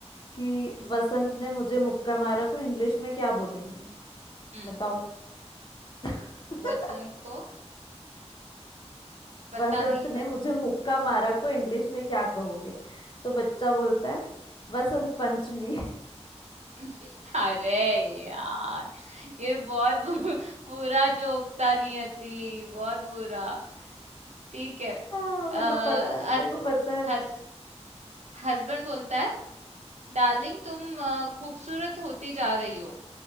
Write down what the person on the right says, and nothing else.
हम्म
वसंत को पता
नहीं
बस
<laughs> अरे यार ये बहुत बु- बुरा जोक था नियति बहुत बुरा ठीक है
आ,
हस, हस्बैंड बोलता है डार्लिंग तुम अ, खूबसूरत होती जा रही हो